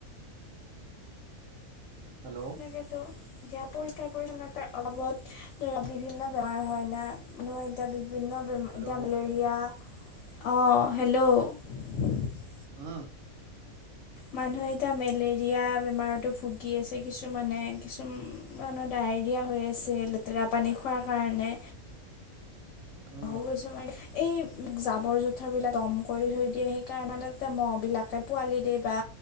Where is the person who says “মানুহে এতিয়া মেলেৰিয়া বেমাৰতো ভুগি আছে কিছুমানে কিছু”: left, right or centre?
Left